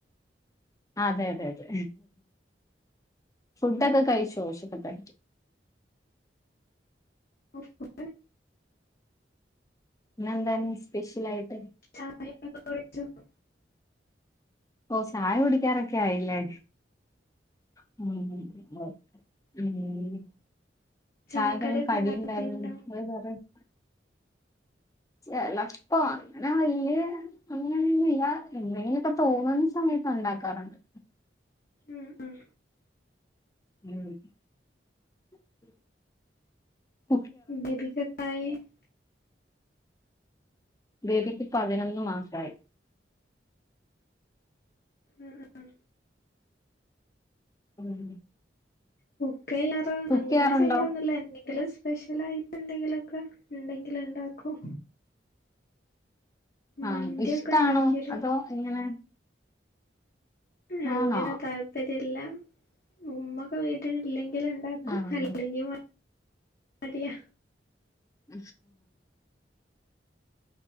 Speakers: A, on the left; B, on the left.
A: അതെ അതെ അതെ ഫുഡ്ഡൊക്കെ കഴിച്ചൊ ഉച്ചക്കത്തെ
B: <unintelligible>
A: ഇന്ന് എന്താണ് സ്പെഷ്യലായിട്ട്?
B: <unintelligible>
A: ഓ ചായകുടിക്കാറൊക്കെ ആയി ഇല്ലേ? <unintelligible>
B: ചായക്കടിയൊക്കെ
A: ചായക്കെ കടിയുണ്ടായ്രുന്നു
B: ഉണ്ടാക്കലുണ്ടോ
A: <unintelligible> ചെലപ്പോ അങ്ങനെവല്ല്യ അങ്ങനൊന്നും ഇല്ല എന്തെങ്കിലൊക്കെ തോന്നുന്ന സമയത്ത് ഉണ്ടാക്കാറുണ്ട്
B: ഉം ഉം
A: <inaudible>
B: <unintelligible>
A: ബേബിക്ക് പതിനൊന്ന് മാസായി.
B: ഉം ഉം
A: ഉം
B: <unintelligible>
A: കുക്ക്
B: എന്തെങ്കിലും
A: ചെയ്യാറുണ്ടോ
B: സ്പെഷ്യലായിട്ട് എന്തെങ്കിലൊക്കെ ഇണ്ടെങ്കിൽ ഉണ്ടാക്കും
A: ആഹ്
B: മന്തിയൊക്കെ
A: ഇഷ്ടാണോ
B: ഉണ്ടാക്കിയിരുന്നു
A: അതോ എങ്ങനെ?
B: അങ്ങനെ
A: ആണോ
B: താല്പര്യം ഇല്ല ഉമ്മക്കെവീട്ടിലില്ലെങ്കില് ഉണ്ടാക്കും
A: ആഹ്
B: അല്ലെങ്കി മ മടിയാ
A: <unintelligible>